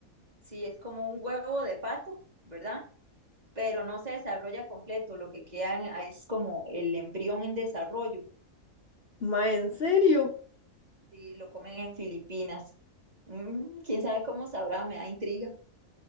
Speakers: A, on the right; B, on the left.
A: sí, es como un huevo de pato, ¿verdad? Pero no se desarrolla completo, lo que queda en- ah, es como el embrión en desarrollo.
B: Ma, ¿en serio?
A: Sí, lo comen en Filipinas. Mm, quién sabe cómo sabrá, me da intriga.